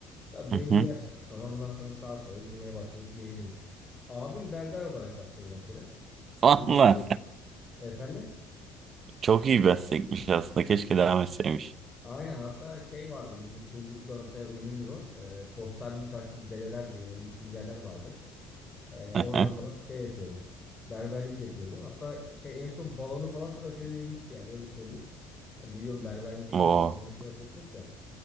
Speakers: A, on the left; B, on the right.
A: Tabii
B: Hı
A: belli
B: hı.
A: bir yaştan sonra ondan sonra sağa sola girmeye başladık diyebilirim. Abim berber olarak başladı mesela.
B: Valla
A: Bizim orada efendim.
B: çok iyi meslekmiş aslında. Keşke devam etseymiş.
A: Aynen hatta şey vardı bizim Turgut'ta mesela ünlüdür o. Ee, postanenin karşısında dedeler diye böyle iki birader vardı. Ee,
B: Hı
A: orada
B: hı.
A: falan şey yapıyordu. Berberlik yapıyordu. Hatta şey en son balonu falan tıraş edebilmişti yani öyle söyleyeyim. Hani biliyorum berberliğin ilk
B: Oo,
A: adımı balon tıraş etmek ya.